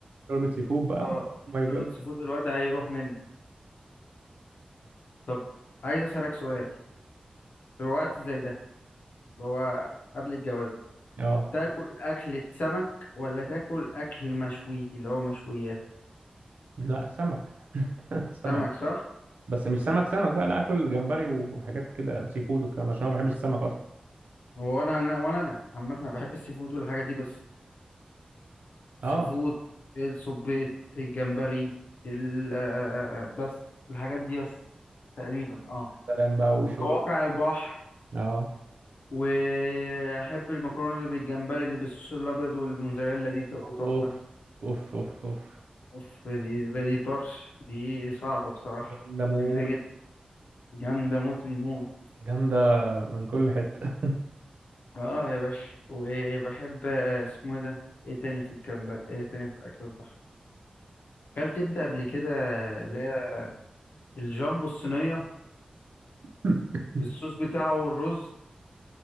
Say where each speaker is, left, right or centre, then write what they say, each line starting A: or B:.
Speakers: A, on the right; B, on the left.
A: شوربة سي فود بقى
B: اه
A: ماي جاد
B: شوربة سيفود الواد هيروح منك طب عايز اسألك سؤال في وقت زي ده اللي هو قبل الجواز
A: اه
B: تاكل أكلة سمك ولا تاكل أكل مشوي اللي هو مشويات
A: لا سمك <laughs> سمك
B: سمك صح؟
A: بس مش سمك سمك بقى لا اكل جمبري وحاجات كده وسي فود والكلام ده، عشان انا ما بحبش السمك اصلا
B: هو أنا أنا ولا أنا عامة أنا بحب السي فود والحاجات دي بس
A: اه
B: سي فود السبيط الجمبري ال آه، بس الحاجات دي بس تقريبا اه
A: سلام بقى وشرب
B: وقواقع البحر
A: اه
B: وأحب المكرونة اللي بالجمبري اللي بالصوص الأبيض والموزاريلا دي تبقى
A: اوف
B: تحفة
A: اوف اوف اوف
B: أوف دي دي طرش دي صعبة بصراحة
A: جامده موت
B: جميلة جدا جامدة موت الموت
A: جامده من كل حته
B: اه يا باشا وبحب آه، اسمه ايه ده ايه تاني في الكامب ايه تاني في اكل البحر اكلت انت قبل كده اللي هي الجامبو الصينيه
A: <coughs>
B: بالصوص بتاعه والرز